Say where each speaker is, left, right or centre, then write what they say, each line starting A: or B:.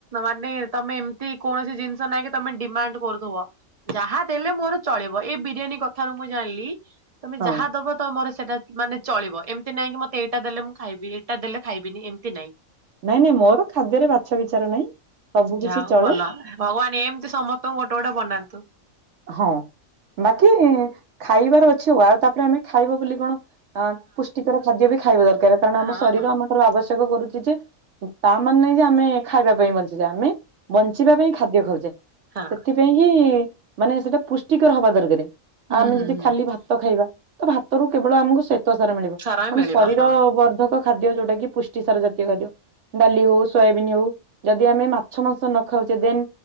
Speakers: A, on the right; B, on the right.
A: ମାନେ ତମେ ଏମିତି କୌଣସି ଜିନିଷ ନାଇଁ ତମେ ଡିମାଣ୍ଡ କରୁଥିବ। ଯାହା ଦେଲେ ମୋର ଚଳିବ ଏଇ ବିରିୟାନୀ କଥାରୁ ମୁଁ ଜାଣିଲି ତମେ
B: ହଁ
A: ଯାହା ଦବ ତମର ସେଇଟା ମାନେ ଚଳିବ। ଏମିତି ନାଇଁ କି ମତେ ଏଇଟା ଦେଲେ ମୁଁ ଖାଇବି ଏଇଟା ଦେ ଖାଇବିନି, ଏମିତି ନାଇଁ।
B: ନାଇଁ, ନାଇଁ, ମୋର ଖାଦ୍ୟରେ ବାଛ ବିଚାର ନାହିଁ। ସବୁ କିଛି
A: ଯାହା ହଉ
B: ଚଳେ
A: ଭଲ। ଭଗବାନ ଏମତି ସମସ୍ତଙ୍କୁ ଗୋଟେ ଗୋଟେ ବନାନ୍ତୁ।
B: ହଁ, ବାକି ଖାଇବାର ଅଛି, ୱାଓ। ତାପରେ ଆମେ ଖାଇବ ବୋଲି କଣ ହଁ, ପୁଷ୍ଟିକର ଖାଦ୍ୟ ବି ଖାଇବା ଦରକାର। କାରଣ
A: ହଁ
B: ଆମ ଶରୀର
A: ହଁ
B: ଆମ ଠାରୁ ଆବଶ୍ୟକ କରୁଛି ଯେ ତା ମାନେ ନାହିଁ ଯେ, ଆମେ ଖାଇବା ପାଇଁ ବଞ୍ଚିଚେ। ଆମେ ବଞ୍ଚିବା ପାଇଁ ଖାଦ୍ୟ ଖାଉଚେ।
A: ହଁ
B: ସେଥିପାଇଁ କିି ମାନେ ସେଟା ପୁଷ୍ଟିକର ହବା ଦରକାର।
A: ହୁଁ
B: ଆଉ ଆମେ
A: ହୁଁ
B: ଯଦି
A: ହୁଁ
B: ଖାଲି ଭା ଭାତ ଖାଇବା ତ ଭାତରୁ କେବଳ ଆମକୁ ଶ୍ଵେତ ସାର ମିଳିବ।
A: ସାରା
B: ପୁଣି
A: ମିଳିବ
B: ଶରୀର
A: ହଁ
B: ବର୍ଦ୍ଧକ ଖାଦ୍ୟ ଯୋଉଟା କି ପୁଷ୍ଟି ସାର ଜାତୀୟ ଖାଦ୍ୟ। ଡାଲି ହଉ, ସୋୟାବିନ୍ ହଉ। ଯଦି ଆମେ ମାଛ, ମାଂସ ନ ଖାଉଛେ ଦେନ୍